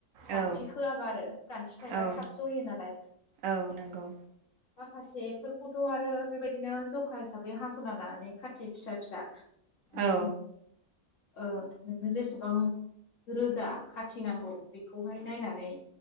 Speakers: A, on the left; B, on the right.
A: गान्थि
B: औ
A: होआबा आरो गान्थि थायोबा
B: औ
A: थाब जयो नालाय।
B: औ नंगौ
A: माखासेफोरखौथ' आरो बेबायदिनो जखा हिसाबै हास'ना लानानै खाथि फिसा फिसा माने
B: औ।
A: ओ नोंनो जेसेबां रोजा खाथिनांगौ बे खौहाय नायनानै